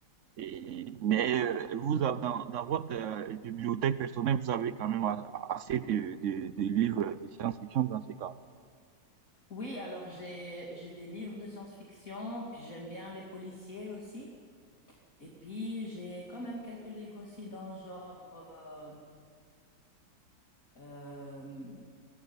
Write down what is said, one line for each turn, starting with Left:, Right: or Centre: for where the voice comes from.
Right: Et, mais euh, vous, avez- dans, dans votre euh, bibliothèque personnelle, vous avez quand même assez de, de, de livres de science-fiction dans ces cas.
Left: Oui, alors j'ai j'ai des livres de science-fiction, puis j'aime bien les policiers aussi. Et puis, j'ai quand même quelques livres aussi dans le genre, euh, euh,